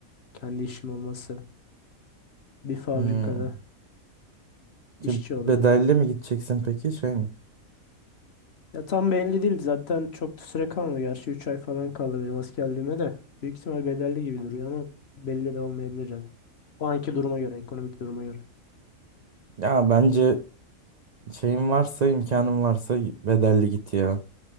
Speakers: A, on the left; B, on the right.
A: Kendi işim olması. Bir fabrikada
B: Hmm. Ki
A: işçi olarak.
B: Bedelli mi gideceksin peki şey mi?
A: Ya tam belli değil zaten çok da süre kalmadı. Gerçi 3 ay falan kaldı benim askerliğime de. Büyük ihtimal bedelli gibi duruyor ama belli de olmayabilir yani. O anki duruma göre, ekonomik duruma göre.
B: Ya bence şeyin varsa imkanın varsa bedelli git ya.